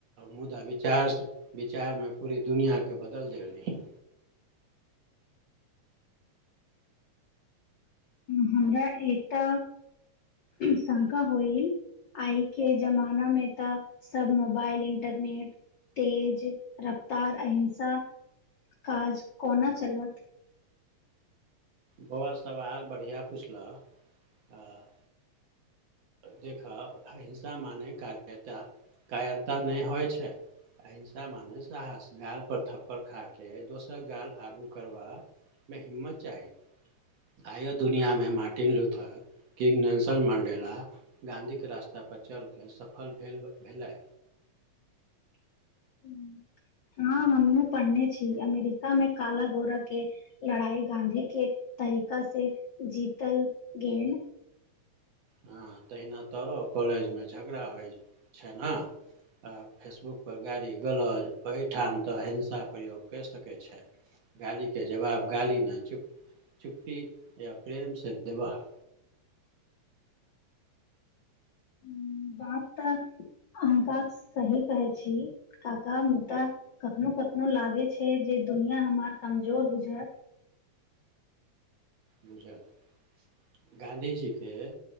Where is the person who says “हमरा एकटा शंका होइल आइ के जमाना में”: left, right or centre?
Left